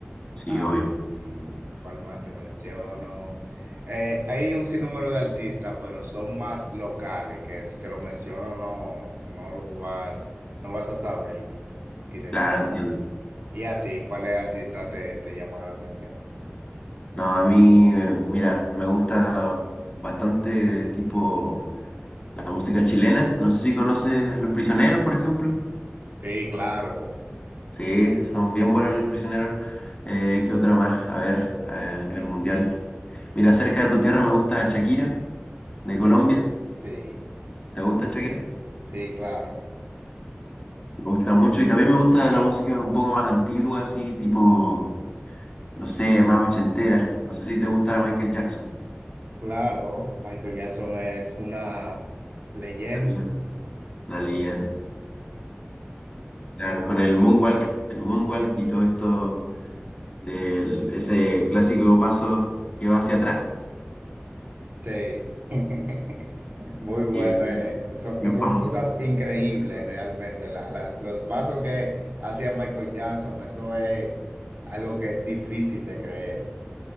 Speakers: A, on the left; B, on the right.
A: Sí,
B: Ah,
A: obvio.
B: mm, ¿cuál más te menciono? Eh, hay un sinnúmero de artistas, pero son más locales, que si te lo menciono no, no lo vas, no vas a saber identificar.
A: Claro, entiendo.
B: ¿Y a ti, cuáles artistas te, te llaman la atención?
A: No, a mí, eh, mira, me gusta bastante tipo la música chilena. No sé si conoces Los Prisioneros, por ejemplo.
B: Sí, claro.
A: Sí, son bien buenos Los Prisioneros. Eh, ¿qué otra más? A ver, eh, a nivel mundial. Mira, cerca de tu tierra me gusta Shakira, de Colombia.
B: Sí,
A: ¿Te gusta Shakira? Me
B: sí, claro.
A: gusta mucho y también me gusta la música un poco más antigua, así tipo, no sé, más ochentera. No sé si te gusta Michael Jackson.
B: Claro, Michael Jackson es una leyenda.
A: La leyenda. Una leyenda. Claro, con el moonwalk, el moonwalk y todo esto del ese clásico paso que va hacia atrás.
B: Sí. <laughs> Muy bueno.
A: Y es
B: eh, eh, Son,
A: bien
B: son
A: famoso.
B: cosas increíbles realmente. La- la- los pasos que hacía Michael Jackson, eso es algo que es difícil de creer.